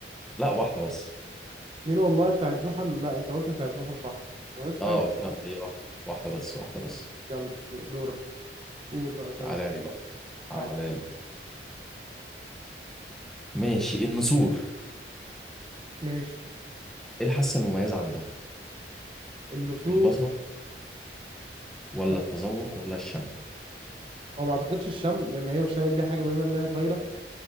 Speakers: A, in the centre; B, on the right (about 30°).
A: لا واحده بس
B: اتنين والله بتاعت زحل لا انت قلت بتاعت زحل صح انت غلطت في
A: اه
B: حاجة
A: قلتها هي واحده واحده بس واحده بس
B: يلا دو- دورك قول بقى سأل
A: تعالى لي بقى تعالى
B: عادي
A: لي ماشي النسور
B: ماشي
A: ايه الحاسه المميزه عندها
B: النسور
A: البصر ولا
B: آه،
A: التذوق ولا الشم
B: هو ما اعتقدش الشم لان هي مش هتعمل بيها حاجه بما انها طايره